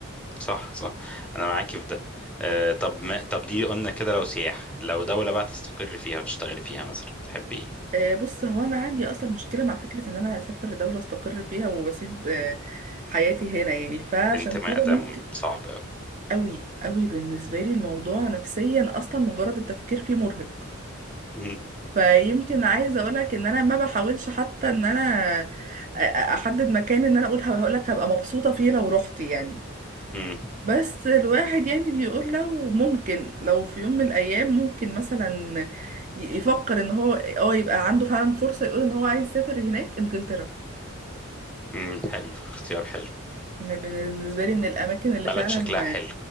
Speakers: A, in the centre; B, on the right.
A: صح صح أنا معاكي في ده آه طب ما طب دي قلنا كده لو سياح لو دولة بقى تستقر فيها وتشتغلي فيها مثلا تحبي إيه؟
B: آه، بص هو انا عندي اصلا مشكله مع فكره ان انا اسافر دوله استقر فيها واسيب آه،
A: مم.
B: حياتي هنا يعني فعشان
A: الانتماء
B: كده
A: ده
B: ممكن
A: م- صعب أوي
B: قوي قوي بالنسبه لي الموضوع نفسيا اصلا مجرد التفكير فيه مرهق
A: مم.
B: فيمكن عايزه اقولك ان انا ما بحاولش حتى ان انا أ- أ- احدد مكان ان انا اقول هقولك هبقى مبسوطه فيه لو رحت يعني
A: مم.
B: بس الواحد يعني بيقول لو ممكن لو في يوم من الايام ممكن مثلا ي- يفكر ان هو اه يبقى عنده فعلا فرصه يقول ان هو عايز يسافر هناك انجلترا
A: امم حلو اختيار حلو
B: من- بالنسبه لي من الاماكن اللي
A: بلد
B: فعلا
A: شكلها حلو